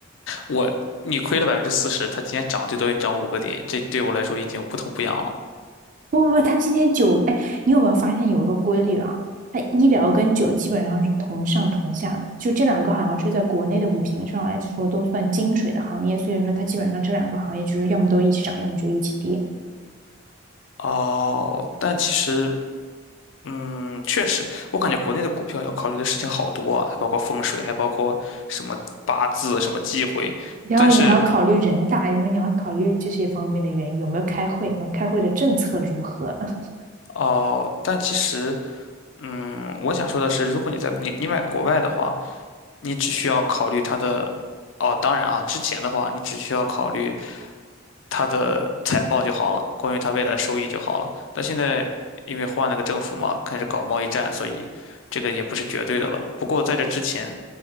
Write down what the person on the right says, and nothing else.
不不不，他今天酒，哎，你有没有发现有一个规律啊？他医疗跟酒基本上是同上同下的，就这两个好像是在国内的五行上来说都算金水的行业，所以说它基本上这两个行业就是要么都一起涨，要么就一起跌。
然后你还要考虑人大，
然后你要考虑这些方面的原因，有没有开会，跟开会的政策如何，<laughs>